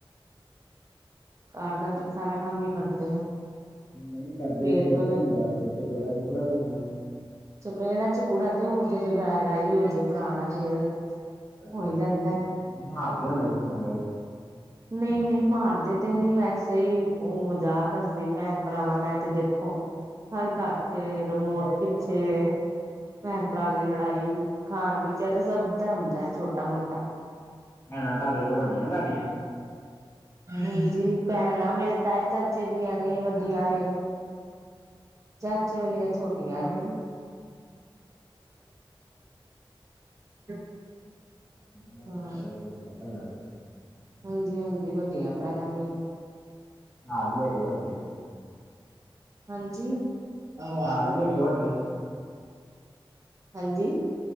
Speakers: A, on the right; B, on the left.
A: ਘਰ ਦਾ ਤਾਂ ਸਾਰਾ ਕੰਮ ਹੀ ਕਰਦੇ ਆ।
B: ਜ ਨਹੀਂ ਕਰਦੇ
A: ਸਵੇਰ
B: ਫਿਰ
A: ਤੋਂ ਲੈ
B: ਕੀ ਹੁੰਦਾ, ਫਿਰ ਚਬੇੜਾ ਚਬੂੜਾ ਪੈਂਦੀਆਂ।
A: ਚਪੇੜਾ ਚਪੂੜਾ ਤੇ ਉਹ ਜਦੋਂ ਲੜਾਈ- ਲੜਾਈ ਹੋਜੇ ਭਰਾ ਨਾਲ ਆ ਫੇਰ।
B: ਅ
A: ਹੋਈ ਜਾਂਦਾ ਹੈ।
B: ਮਾਰਦੇ ਹੋਣੇ ਫੇਰ ਚੰਗਾ ਹੀ।
A: ਨਹੀਂ- ਨਹੀਂ ਮਾਰਦੇ ਤੇ ਨਹੀਂ ਵੈਸੇ ਹੀ ਉਹ ਮਜ਼ਾਕ ਹਸਦੀ ਭੈਣ। ਭਰਾਵਾਂ ਨੇ ਤੇ ਦੇਖੋ ਹਰ ਘਰ ਤੇ ਰਿਮੋਟ ਪਿੱਛੇ ਪੈਣ ਪਰਾ ਦੀ ਲੜਾਈ ਖਾਣ ਪੀਛੇ ਤੇ ਸਭ ਦਾ ਹੁੰਦਾ ਛੋਟਾ ਮੋਟਾ
B: ਪੈਣਾ ਤੁਹਾਡੇ ਤੋਂ ਵੱਡੀਆਂ ਤੁਹਾਡੀਆ
A: ਹਾਂਜੀ, ਪੈਣਾਂ ਮੇਰੇ ਤਾਏ ਚਾਚੇ ਦੀਆਂ ਨੇ ਵੱਡੀਆਂ ਏ ਚਾਚੇ ਵਾਲੀਆਂ ਛੋਟੀਆਂ ਨੇ <unintelligible>
B: <unintelligible>
A: ਹਾਂ
B: ਹੈਨਾ ਤੇ
A: ਹਾਂਜੀ- ਹਾਂਜੀ। ਵੱਡੀਆਂ ਪੈਣਾਂ ਵੀ ਨੇ
B: ਹਾਂ ਵੀ ਹੈਗੇ ਵੱਡੇ
A: ਹਾਂਜੀ। ਹਾਂਜੀ
B: ਪਰਾ ਵੀ ਹੈਗੀ ਵੱਡੇ
A: ਹਾਂਜੀ।